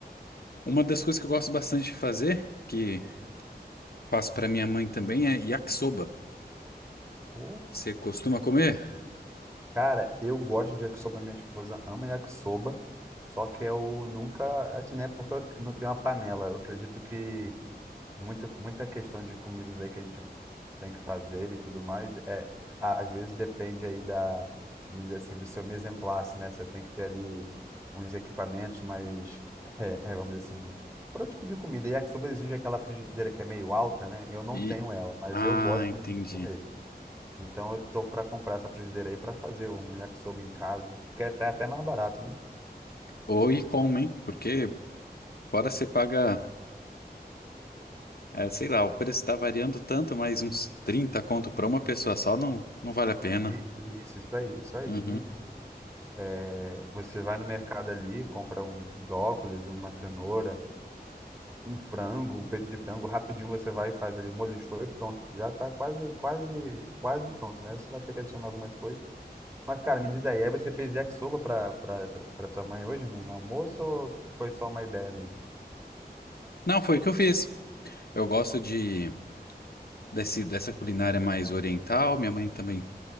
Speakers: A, on the left (about 65°); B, on the right (about 15°).
A: uma das coisas que eu gosto bastante de fazer, que faço pra minha mãe também, é yakisoba.
B: Pô,
A: Você costuma comer?
B: Cara, eu gosto de yakisoba, minha esposa ama yakisoba, só que eu nunca, assim, né, porque eu não tenho uma panela. Eu acredito que muita, muita questão de comidas aí que a gente tem que fazer e tudo mais. É, a- às vezes depende aí da, vamos dizer assim, do seu mise en place, né? Você tem que ter ali uns equipamentos mais, <laughs> é, é, vamos dizer assim, para o tipo de comida. E a yakisoba exige aquela frigideira que é meio alta, né? E eu não
A: E...
B: tenho ela, mas
A: Ah,
B: eu gosto
A: entendi.
B: muito de comer. Então eu tô para comprar essa frigideira aí para fazer um yakisoba em casa, porque sai até mais barato, né?
A: Ou e como, hein? Porque fora você paga. É, sei lá, o preço tá variando tanto, mas uns 30 conto pra uma pessoa só não, não vale a pena.
B: Isso, isso, isso aí, isso aí.
A: Uhum.
B: E, tipo, é, você vai no mercado ali, compra um brócolis, uma cenoura, um frango, um peito de frango, rapidinho você vai e faz ali o molho show e pronto. Já tá quase, quase, quase pronto, né? Você vai ter que adicionar algumas coisas. Mas, cara, me diz aí, aí você fez yakisoba pra, pra, pra, pra tua mãe hoje no, no almoço ou foi só uma ideia mesmo?
A: Não, foi o que eu fiz. Eu gosto de desse, dessa culinária mais oriental, minha mãe também,